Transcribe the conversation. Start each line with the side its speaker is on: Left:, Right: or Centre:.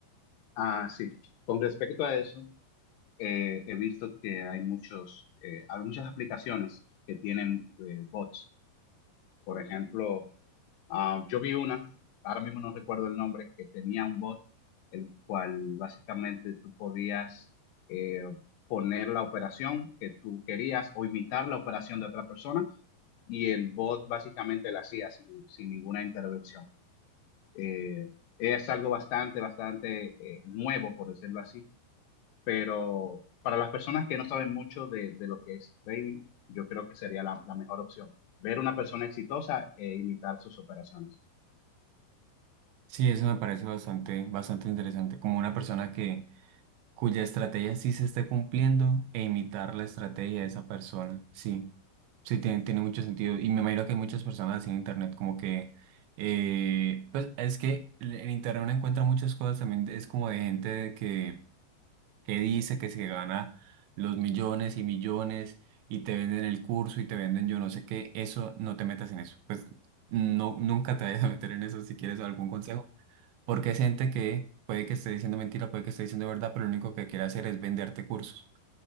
Left: Ah, sí. Con respecto a eso, eh, he visto que hay muchos, eh, hay muchas aplicaciones que tienen eh, bots. Por ejemplo, Ah, yo vi una, ahora mismo no recuerdo el nombre, que tenía un bot, el cual básicamente tú podías eh, poner la operación que tú querías o imitar la operación de otra persona y el bot básicamente la hacía sin, sin ninguna intervención. Eh, es algo bastante, bastante eh, nuevo, por decirlo así, pero para las personas que no saben mucho de, de lo que es trading, yo creo que sería la, la mejor opción, ver una persona exitosa e imitar sus operaciones.
Right: Sí, eso me parece bastante, bastante interesante. Como una persona que cuya estrategia sí se esté cumpliendo e imitar la estrategia de esa persona. Sí, sí, tiene, tiene mucho sentido. Y me imagino que hay muchas personas así en Internet, como que, eh, pues es que l- en Internet uno encuentra muchas cosas también, es como de gente de que, que dice que se gana los millones y millones y te venden el curso y te venden yo no sé qué, eso no te metas en eso. Pues no, nunca te vayas a meter en eso si quieres algún consejo. Porque es gente que puede que esté diciendo mentira, puede que esté diciendo verdad, pero lo único que quiere hacer es venderte cursos.